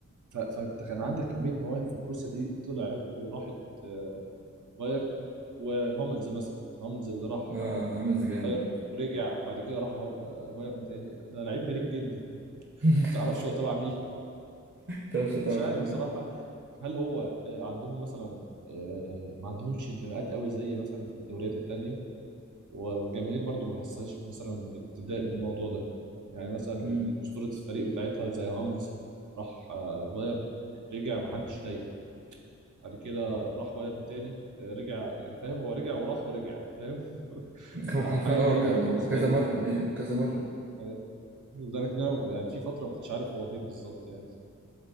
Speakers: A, on the right; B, on the right.
A: ف- فانت كان عندك كميه مواهب في بروسيا دي طلعت وراحت آه، بايرن وهوملز مثلا هوملز اللي راح
B: اه
A: آه،
B: هاملز جامد
A: بايرن ورجع وبعد كده راح آه، بايرن تاني ده لعيب غريب جدا <laughs> ما
B: <laughs>
A: تعرفش هو تبع مين
B: طب مش هتعمل
A: مش عارف بصراحة
B: ايه؟
A: هل هو آه، عندهم مثلا آه، ما عندهمش انتماءات قوي زي مثلا في الدوريات التانية والجماهير برضو ما بحسهاش مثلا بتضايق من الموضوع ده يعني مثلا
B: مم.
A: أسطورة الفريق بتاعتها زي هاملز راح آه، بايرن رجع ما حدش ضايقه بعد كده راح بايرن تاني آه، رجع يعني فاهم هو رجع وراح ورجع فاهم <laughs>
B: هو
A: فحاجة
B: حرفيا اه
A: غريبة
B: كان
A: قوي
B: هو
A: بالنسبة
B: كذا
A: لي
B: مرة
A: يعني
B: ايه كذا مرة
A: أيوة. لدرجة إن أنا يعني في فترة ما كنتش عارف هو فين بالظبط يعني